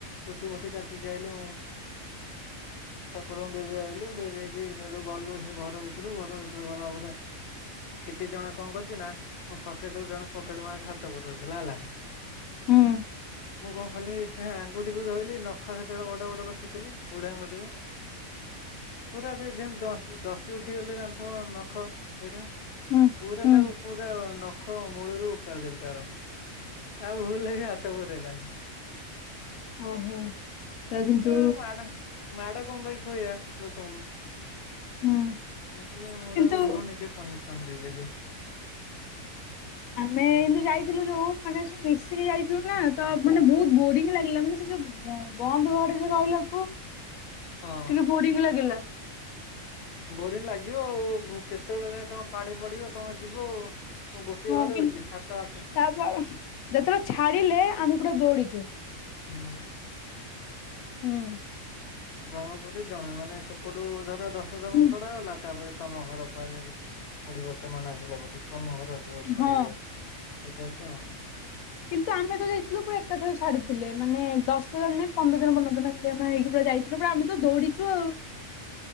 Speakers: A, on the left (about 55°); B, on the left (about 85°).
A: ଚୁଟି ଫୁଟି କାଟିକି ଆଇଲୁ। ଠାକୁରଙ୍କୁ ଦେଇ ଦେଇ ଆଇଲୁ ଦେଇ ଦେଇକି ସେଇଠୁ ଗଲୁ ସେ ଘର ଭିତରୁ ଘର ଭିତରୁ ଗଲା ପରେ। ସେଠି ଜଣେ ଙ୍କ କରିଛି ନା ମୋ ପକେଟ ରୁ ଜଣେ ପକେଟ ମାର ହାତ ପୁରଉ ଥିଲା।
B: ହୁଁ।
A: ମୁଁ କଣ କଲିି ତା ଆଙ୍ଗୁଠିକୁ ଧୋଇଲି ନଖ ସେତେବେଳେ ବଡ ବଡ ରଖିଥିଲି ବୁଢା ଆଙ୍ଗୁଠିରେ ପୁରା ଦଶ ଦସି ଉଠିଗଲେ ଜାଣିଥିବ ନଖ ଏଇଟା
B: ହୁଁ
A: ପୁରା
B: ହୁଁ
A: ତାକୁ ପୁରା ନଖ ମୂଳରୁ ଉପାରି ଦେଲି ତାର। ଆଉ ଭୁଲରେ ବି ହାତ ପୁରେଇଲାନି।
B: ଓହୋ ତା କିନ୍ତୁ
A: ହଁ ମାଡ ମାଡ଼ କଣ ପାଇଁ ଥୁଇବା ଲୋକଙ୍କୁ
B: ହୁଁ।
A: ମୁଁ ହେଇଥିଲେ
B: କିନ୍ତୁ
A: ମୁଁ ନିଜେ ପନିସ ଫଣ୍ଡି ଦେଇ ଦେଲି
B: ଆମେ ଏମତି ଯାଇଥିଲୁ ଯୋଉ ମାନେ ସବୁ ମିସିିକି ଯାଇଥିଲୁ ନା ତ ମାନେ ବହୁତ ବୋରିଙ୍ଗ ଲାଗିଲା ମାନେ ଯ ବ ବନ୍ଦ ଘରେ ଯ ରହିଲାକୁ
A: ହଁ।
B: ଟିକେ ବୋରିଙ୍ଗ ଲାଗିଲା
A: ବୋରିଂ ଲାଗିବ ଆଉ କେତେବେଳେ ଯାଏ ତମେ ପାଳି ପଡିବ ତମେ ଯିବ ଆଉ କନ ଗୋଟିଏ
B: ହଁ
A: ଘର
B: କିନ୍ତୁ
A: ହେଇଛି ସାତ ଆ
B: ତାପ ଯେତେବେଳେ ଛାଡିଲେ ଆମେ ପୁରା ଦୌଡିଛୁ।
A: ହୁଁ।
B: ହୁଁ।
A: ଜଣକ ପରେ ଜଣେ ମାନେ ସେପଟୁ ଧର ଦଶ ଜଣ
B: ହୁଁ
A: ଛଡା ଗଲା ତାପରେ ତମ ଘର ପାଳି ପଡିବ ସେମାନେ ଆସିଲା ପରେ ତମ ଘର ଛାଡିବେ।
B: ହଁ।
A: ଏଇ ଟାଇପ ର ଆଉ।
B: କିନ୍ତୁ ଆମେ ତ ଯାଇଥିଲୁ ପୁରା ଏକାଥରେ ଛାଡିଥିଲେ ମାନେ ଦଶ ଜଣ ରେ ପନ୍ଦର ଜଣ ପନ୍ଦର ଜଣ <unintelligible> ହେଇକି ଯାଇଥିଲୁ। ଆମେ ତ ଦୌଡିଛୁ ଆଉ।